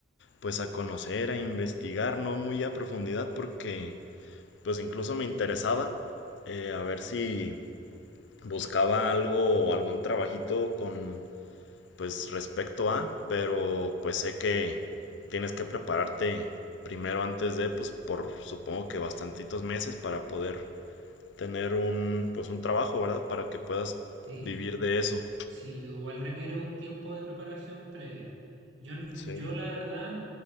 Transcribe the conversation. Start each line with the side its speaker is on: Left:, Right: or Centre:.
Left: pues a conocer, a investigar, no muy a profundidad porque pues incluso me interesaba eh, a ver si buscaba algo o algún trabajito con pues respecto a, pero pues sé que tienes que prepararte primero antes de pues por supongo que bastantitos meses para poder tener un pues un trabajo, ¿verdad? Para que puedas
Right: sí,
Left: vivir de eso.
Right: sí, igual requiere un tiempo de preparación previa. Yo, n-
Left: Sí.
Right: yo la verdad,